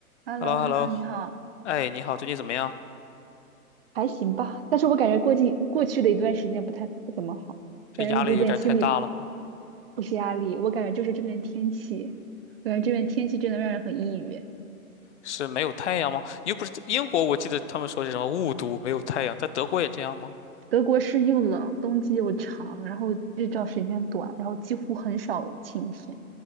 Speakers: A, on the right; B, on the left.
A: h e
B: h
A: l l
B: e l l
A: o
B: o h e
A: h
B: l
A: e
B: l
A: l
B: o
A: l o 你好。
B: 哎，你好，最近怎么样？
A: 还行吧，但是我感觉过近过去的一段时间不太不怎么好，
B: 这压力有点太大了吗？
A: 感觉有点心理不是压力，我感觉就是这边天气，感觉这边天气真的让人很抑郁。
B: 是没有太阳吗？你又不是英国，我记得他们说是什么雾都没有太阳，在德国也这样吗？
A: 德国是又冷，冬季又长，然后日照时间短，然后几乎很少有晴天，